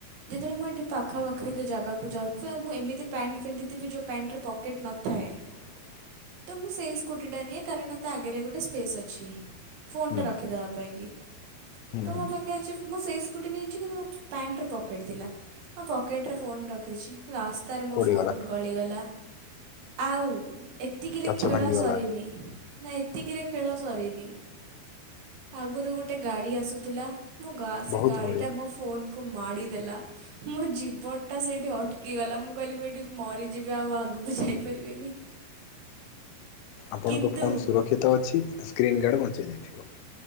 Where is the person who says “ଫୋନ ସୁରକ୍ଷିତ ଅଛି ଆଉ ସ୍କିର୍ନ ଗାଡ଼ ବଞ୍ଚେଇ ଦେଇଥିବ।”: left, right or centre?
Left